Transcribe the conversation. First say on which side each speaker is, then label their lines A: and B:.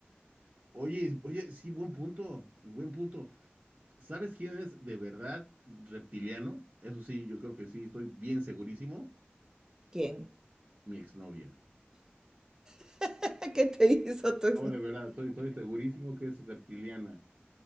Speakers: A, on the right; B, on the right.
A: Oye, oye, sí, buen punto, buen punto. ¿Sabes quién es de verdad reptiliano? Eso sí, yo creo que sí, estoy bien segurísimo.
B: ¿Quién?
A: Mi exnovia.
B: <laughs> ¿Qué te hizo tu ex-
A: No, de verdad, estoy, estoy segurísimo que es reptiliana.